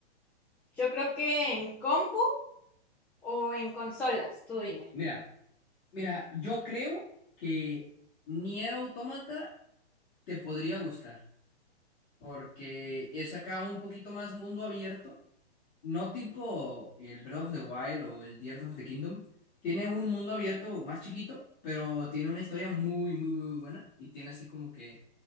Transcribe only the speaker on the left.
Mira, mira, yo creo que Nier Automata te podría gustar, porque es acá un poquito más mundo abierto no tipo el Breath of the Wild o el Tears of the Kingdom. Tiene un mundo abierto más chiquito, pero tiene una historia muy, muy, muy buena. Y tiene así como que